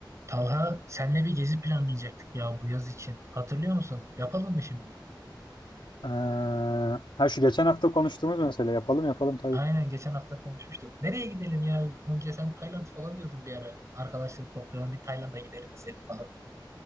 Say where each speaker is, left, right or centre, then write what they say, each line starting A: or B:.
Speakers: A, on the right; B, on the left.
A: Talha senle bir gezi planlayacaktık ya bu yaz için. Hatırlıyor musun? Yapalım mı şimdi?
B: Ee, ha şu geçen hafta konuştuğumuz mesele yapalım yapalım tabii.
A: Aynen geçen hafta konuşmuştuk. Nereye gidelim ya? Önce sen Tayland falan diyordun bir ara. Arkadaşları toplayalım bir Tayland'a gidelim mesela falan.